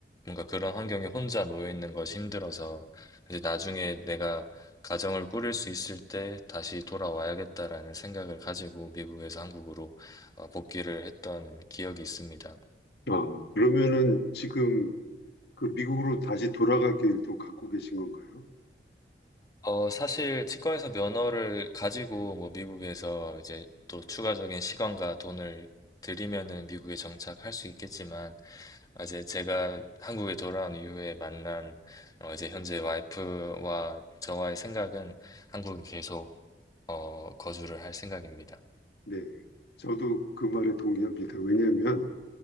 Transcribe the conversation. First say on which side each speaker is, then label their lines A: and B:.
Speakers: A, on the left; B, on the left.
A: 뭔가 그런 환경에 혼자 놓여 있는 것이 힘들어서, 이제 나중에 내가 가정을 꾸릴 수 있을 때 다시 돌아와야겠다라는 생각을 가지고 미국에서 한국으로 어, 복귀를 했던 기억이 있습니다.
B: 아, 그러면은 지금 그 미국으로 다시 돌아갈 계획도 갖고 계신 건가요?
A: 어, 사실 치과에서 면허를 가지고 뭐 미국에서 이제 또 추가적인 시간과 돈을 들이면은 미국에 정착할 수 있겠지만, 아, 이제 제가 한국에 돌아온 이후에 만난 어, 이제 현재 와이프와 저와의 생각은 한국에 계속 어, 거주를 할 생각입니다.
B: 네. 저도 그 말에 동의합니다. 왜냐하면